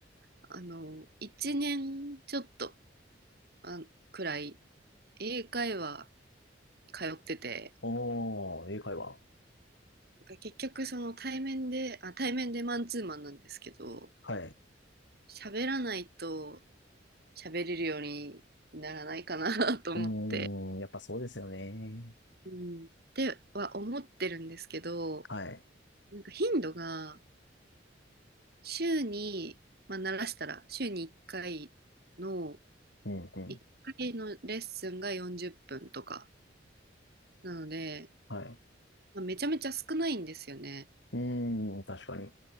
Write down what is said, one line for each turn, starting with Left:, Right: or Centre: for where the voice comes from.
Right: あの、1年ちょっとあくらい英会話通ってて、
Left: おー、英会話。
Right: なんか結局その対面で、あ、対面でマンツーマンなんですけど、
Left: はい。
Right: 喋らないと喋れるようにならないかな <laughs> と思って、
Left: うーん、やっぱそうですよね。
Right: うん、っては思ってるんですけど、
Left: はい。
Right: なんか頻度が週に、まあ、慣らしたら、週に1回の、
Left: うん、うん。
Right: 1回のレッスンが40分とか。なので、
Left: はい。
Right: まあ、めちゃめちゃ少ないんですよね。
Left: うーん、確かに。